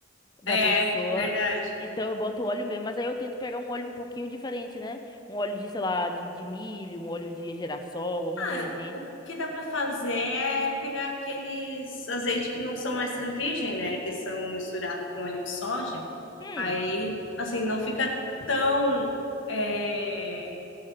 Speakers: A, on the left (about 20°); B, on the left (about 85°).
A: da
B: É,
A: pessoa.
B: verdade.
A: Então eu boto óleo mesmo, mas aí eu tento pegar um óleo um pouquinho diferente, né? Um óleo de, sei lá, de, de milho, um óleo de girassol, alguma
B: Ah,
A: coisa assim.
B: o que dá para fazer é pegar aqueles azeites que não são extra virgem, né? Que são misturados com óleo de soja.
A: Hum,
B: Aí, assim, não fica tão, é,